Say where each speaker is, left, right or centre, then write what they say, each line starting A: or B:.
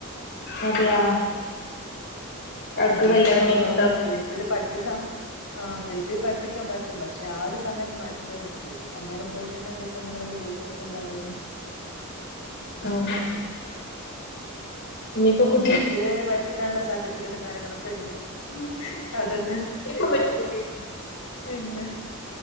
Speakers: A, on the left; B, on the left.
A: അതെയാ അവർക്ക്
B: അതുകൊണ്ട്
A: കല്യാണം
B: തന്നെ
A: കഴിഞ്ഞിട്ടുണ്ടാവും
B: എന്താ പറയാ എൽ പി യില് പഠിപ്പിക്കാം ആഹ് എൽ പി പഠിപ്പിക്കാൻ പറ്റും പക്ഷെ ആ ഒരു സമയത്ത് മടിച്ച് ച്ച് അന്നേരം പോയിട്ടുണ്ടെങ്കിൽ ഇപ്പ എന്തെങ്കിലൊരു ജോലി ആയിട്ടുണ്ടാവായിരുന്നു
A: ആഹ് ഇഞ്ഞ്പ്പം കു
B: എൽ പി ൽ വരെ പഠിപ്പിക്കാൻള്ള സർട്ടിഫിക്കറ്റും കാര്യങ്ങളൊക്കെ ണ്ട് അതെന്നെ
A: ഇപ്പം പറ്റും കുട്ടിയേ
B: ഇല്ല